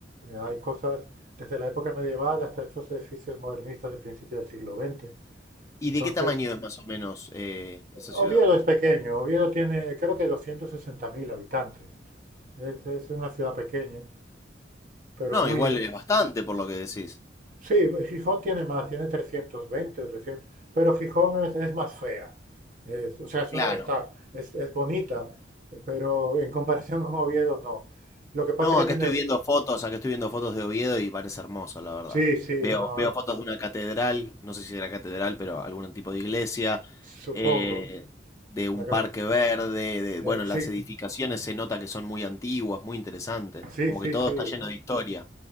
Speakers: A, on the right (about 45°); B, on the left (about 15°).
A: Eh, hay cosas desde la época medieval hasta estos edificios modernistas de principios del siglo XX.
B: ¿Y
A: Entonces,
B: de qué tamaño es más o menos eh, esa
A: Oviedo
B: ciudad?
A: es pequeño. Oviedo tiene creo que 260.000 habitantes. Es, es una ciudad pequeña, pero
B: No,
A: muy,
B: igual es bastante por lo que decís.
A: Sí, Gijón tiene más, tiene 320 o 300, pero Gijón es, es más fea. Es- o sea, es
B: Claro.
A: una- está, es, es bonita, pero en comparación con Oviedo no. Lo que pasa
B: No,
A: es que
B: acá
A: tiene,
B: estoy viendo fotos, acá estoy viendo fotos de Oviedo y parece hermoso, la verdad.
A: sí, sí,
B: Veo,
A: no,
B: veo fotos de una catedral, no sé si era catedral, pero algún tipo de iglesia,
A: supongo.
B: eh, de un
A: La, cap-
B: parque verde, de,
A: eh,
B: bueno,
A: sí,
B: las edificaciones se nota que son muy antiguas, muy interesantes,
A: sí,
B: como
A: sí,
B: que todo
A: sí.
B: está lleno de historia.